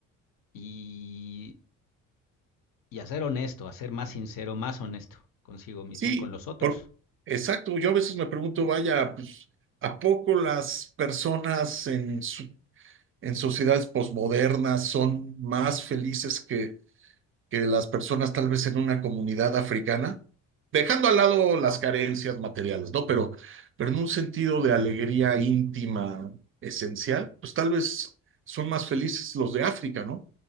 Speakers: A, on the left; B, on the right.
A: y, y a ser honesto, a ser más sincero, más honesto consigo mismo
B: Sí,
A: y con los otros.
B: por, exacto. Yo a veces me pregunto, vaya, pues, ¿a poco las personas en, su- en sociedades posmodernas son más felices que que las personas tal vez en una comunidad africana, dejando al lado las carencias materiales, ¿no? Pero, pero en un sentido de alegría íntima esencial, pues tal vez son más felices los de África, ¿no?